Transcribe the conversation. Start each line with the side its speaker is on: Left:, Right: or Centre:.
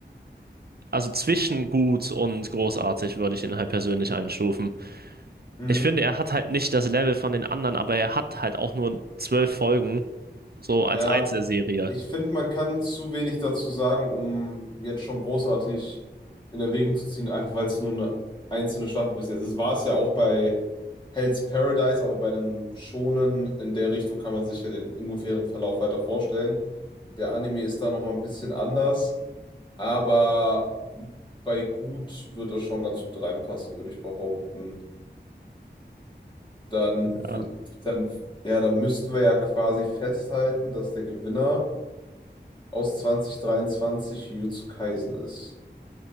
Right: also zwischen gut und großartig würde ich ihn halt persönlich einstufen.
Left: Mhm.
Right: Ich finde, er hat halt nicht das Level von den anderen, aber er hat halt auch nur zwölf Folgen So
Left: Ja,
Right: als Einzelserie.
Left: ich finde, man kann zu wenig dazu sagen, um jetzt schon großartig in Erwägung zu ziehen, einfach weil es nur eine einzelne Staffel bis jetzt ist. War es ja auch bei Hell's Paradise, aber bei einem Shonen in der Richtung kann man sich ja den ungefähren Verlauf weiter vorstellen. Der Anime ist da nochmal ein bisschen anders, aber bei gut wird es schon ganz gut reinpassen, würde ich behaupten. Dann,
Right: Ja,
Left: w- dann, ja, dann müssten wir ja quasi festhalten, dass der Gewinner aus zwanzig dreiundzwanzig Jujutsu Kaisen ist.